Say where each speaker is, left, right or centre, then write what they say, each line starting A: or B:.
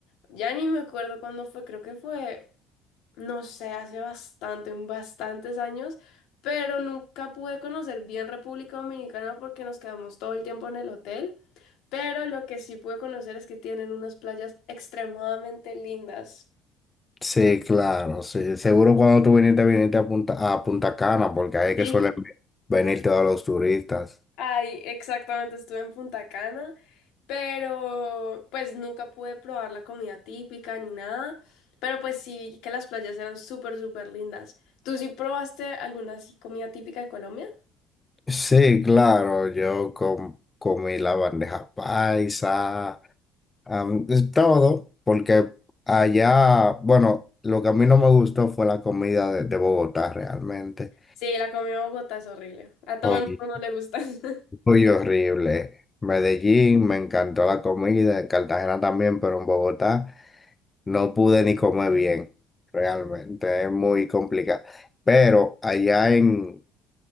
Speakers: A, on the left; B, on the left.
A: Ya ni me acuerdo cuándo fue, creo que fue, no sé, hace bastante, bastantes años, pero nunca pude conocer bien República Dominicana porque nos quedamos todo el tiempo en el hotel. Pero lo que sí pude conocer es que tienen unas playas extremadamente lindas.
B: Sí, claro, sí. Seguro cuando tú viniste, viniste a Punta, a Punta Cana, porque ahí es
A: sí
B: que suelen ve- venir todos los turistas.
A: Ay, exactamente, estuve en Punta Cana, pero pues nunca pude probar la comida típica ni nada, pero pues sí vi que las playas eran súper, súper lindas. ¿Tú sí probaste alguna así comida típica de Colombia?
B: Sí, claro, yo com- comí la bandeja paisa, am, es todo, porque allá, bueno, lo que a mí no me gustó fue la comida de, de Bogotá realmente.
A: Sí, la comida de Bogotá es horrible. A todo
B: Uy,
A: el mundo no le gusta. <laughs>
B: uy, horrible. Medellín, me encantó la comida, en Cartagena también, pero en Bogotá no pude ni comer bien. Realmente es muy complicado. Pero allá en,